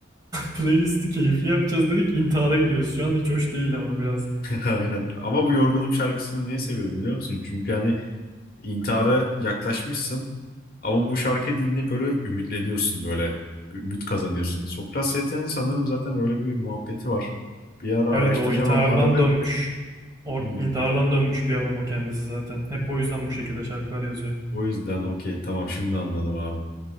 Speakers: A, on the right; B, on the left.
A: Playlisti keyifli yapacağız dedik. İntihar'a gidiyoruz şu an. Hiç hoş değil ama biraz.
B: <laughs> Aynen. Ama bu Yorgunum şarkısını niye seviyorum biliyor musun? Çünkü hani intihara yaklaşmışsın. Ama bu şarkıyı dinleyip böyle ümitleniyorsun böyle. Ümit kazanıyorsun. Sokrat Setyan'ın sanırım zaten öyle bir muhabbeti var. Bir ara
A: Evet
B: araştıracağım
A: o intihardan
B: ama adam hep
A: dönmüş. Or
B: "Hmm,
A: intihardan dönmüş bir adam o kendisi zaten. Hep o yüzden bu şekilde şarkılar yazıyor.
B: o yüzden okey tamam şimdi anladım abi.